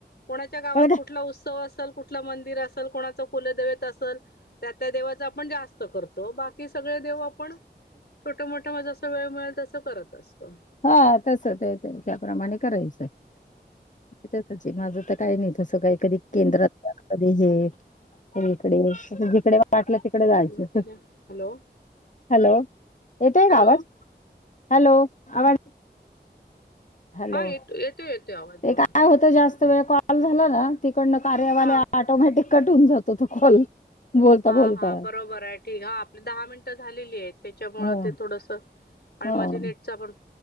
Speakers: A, on the left (about 70°); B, on the left (about 45°).
A: कोणाच्या गावात
B: बळ का
A: कुठला उत्सव असल कुठलं मंदिर असेल कोणाच कुलदैवत असल. त्या त्या देवाच आपण जास्त करतो. बाकी सगळे देव आपण छोट मोठं जस वेळ मिळेल तस करत असतो.
B: हा तस तेे त्याप्रमाणे करायचं. त्याचीच माझ तर काही नाही. तसं काही कधी केंद्रात जा. कधी हे इकडे. जिकडे वाटलं. तिकडे जायचं.
A: चालेल हॅलो
B: हॅलो. येतोय
A: हॅलो
B: ना आवाज? हॅलो. आवाज हॅलो
A: हा. ये येतोय. येतोय आवाज
B: ते
A: बोला.
B: काय होतं जास्त वेळ कॉल झाला ना. तिकडनं कार्यावाले
A: हा
B: ऑटोमॅटिक कट होऊन जातो तो कॉल. बोलता
A: हा
B: बोलता
A: हा बरोबर आहे. ठीक. हा आपली दहा मिनटं झालेली आहेत. त्याच्यामूळ
B: हो
A: ते थोडस आणि
B: हो
A: मध्ये नेटचा पण,